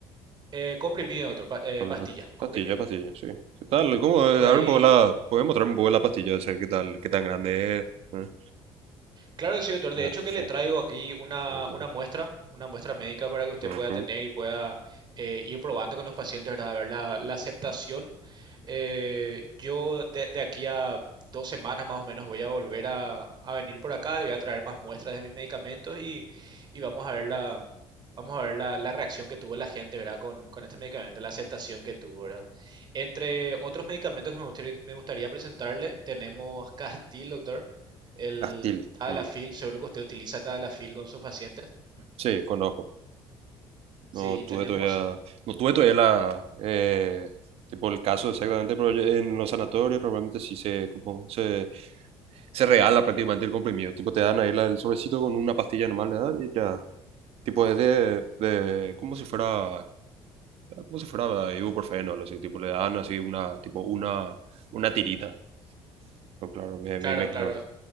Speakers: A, on the right; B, on the right.
A: eh, comprimido, doctor, pa- eh,
B: Sobre
A: pastilla,
B: pa-
A: comprimido.
B: Pastilla, pastilla, sí. ¿Qué tal? ¿Cómo?
A: De
B: Eh,
A: por
B: A
A: ahí
B: ver un poco la, ¿puedes mostrarme un poco la pastilla? O sea, ¿qué tal? ¿Qué tan grande es? ¿Eh?
A: Claro que sí, doctor. De
B: Ah,
A: hecho, que
B: sí.
A: le traigo aquí una,
B: Ujú,
A: una muestra, una muestra médica para que usted
B: ujú.
A: pueda tener y pueda eh, ir probando con los pacientes, ¿verdad? A ver la, la aceptación. Eh, yo de, de aquí a dos semanas más o menos voy a volver a, a venir por acá, le voy a traer más muestras de mis medicamentos y, y vamos a ver la, vamos a ver la, la reacción que tuvo la gente, ¿verdad? Con, con este medicamento, la aceptación que tuvo, ¿verdad? Entre otros medicamentos que me gustaría, me gustaría presentarle, tenemos Castil, doctor. El
B: Astil.
A: Tadalafil,
B: mm.
A: seguro que usted utiliza Tadalafil con sus pacientes.
B: Sí, conozco.
A: Si
B: No tuve
A: tenemos,
B: todavía, no tuve todavía la, eh, tipo el caso exactamente, pero yo- en los sanatorios normalmente sí se, como, se, se regala prácticamente el comprimido. Tipo, te dan ahí la- el sobrecito con una pastilla normal de dar y ya. Tipo, es de, de- como si fuera, como si fuera ibuprofeno, algo así. Tipo, le dan así una, tipo, una, una tirita. no claro, me,
A: claro,
B: me imagino.
A: claro.